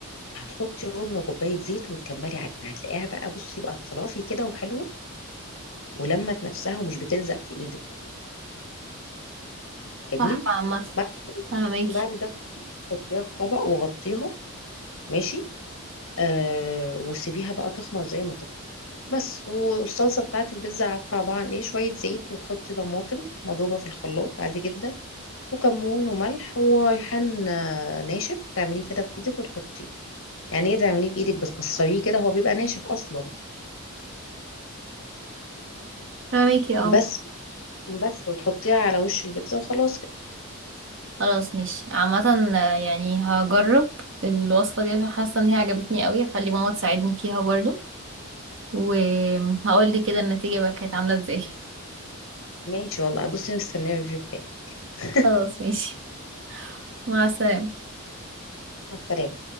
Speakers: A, on the left; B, on the right.
A: هتحطي ربع كوباية زيت وتكملي عجينة هتلاقيها بقى بصي بقت فلافي كده وحلوة ولمت نفسها ومش بتلزق في ايدك جميل
B: صح عامه
A: بعد
B: فهماكي
A: بعد ده حطيها في طبق وغطيها ماشي آه وسيبيها بقى تخمر زي ما تخمر بس والصلصه بتاعت البيتزا عارفه عباره عن ايه شويه زيت وتحطي طماطم مضوبه في الخلاط عادي جدا وكمون وملح وريحان آه، ناشف تعمليه كده بايدك وتحطيه يعني ايه تعمليه بايدك بتكسريه كده هو بيبقى ناشف اصلا
B: فاهمكي اه
A: بس بس وتحطيها على وش البيتزا وخلاص كده
B: خلاص ماشي عامه آه، يعني هجرب الوصفه دي عشان حاسه ان هي عجبتني قوي هخلي ماما تساعدني فيها برضو وهقول لي كده النتيجة بقى كانت عاملة ازاي
A: ماشي والله بصي مستنيه الريفيو بتاعك <laughs>
B: خلاص ماشي مع السلامة
A: مع السلامه